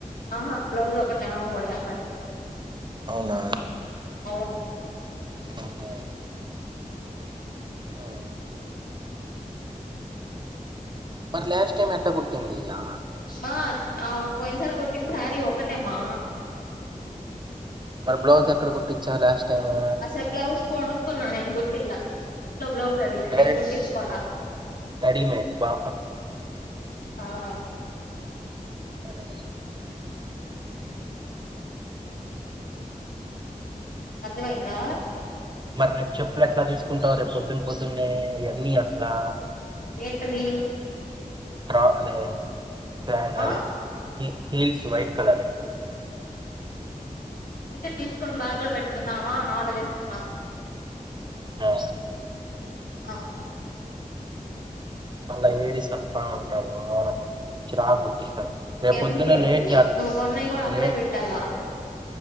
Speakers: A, on the left; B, on the right.
A: ఆహా బ్లౌజ్ ఒకటా ఇంకోటి తెమ్మను.
B: అవునా
A: అవును
B: ఆహా హ్మ్ మరి లాస్ట్ టైం ఎట్టా కుట్టింది ఇలా
A: మా ఆ పోయినసారి కుట్టిన శారీ ఒక్కటేమా
B: మరి బ్లౌజ్ ఎక్కడ కుట్టించావు లాస్ట్ టైము.
A: అసలు బ్లౌస్ కు కొనుక్కున్నా నేను కుట్టిలా ఇంట్లో బ్లౌస్ అది.
B: డైరెక్ట్
A: నేను కుట్టించుకోలా
B: రెడీమేడ్ బా
A: ఆహా
B: అదేన
A: అర్థమైందా?
B: మరి రేపు చెప్పులు ఎట్లా తీసుకుంటావు రేపు పొద్దున పొద్దున్నే ఈయన్నీ ఎట్లా
A: ఏంటది?
B: కాదు వే అదే
A: ఆ
B: హీల్స్ వైట్ కలర్.
A: టికెట్ తీసుకొని బ్యాగ్ లో పెట్టుకుందామా అని ఆలోచించిస్తున్నా.
B: ఆ
A: అ
B: మళ్ళ ఏడిసి సస్తా ఉంటాడు ఊరక చిరాకు పుట్టిస్తాడు రేపు
A: ఎందుకేంటి
B: పొద్దున్న లేట్ చే
A: నువ్వు కొన్నయి కూడా అక్కడే
B: లే
A: పెట్టాగా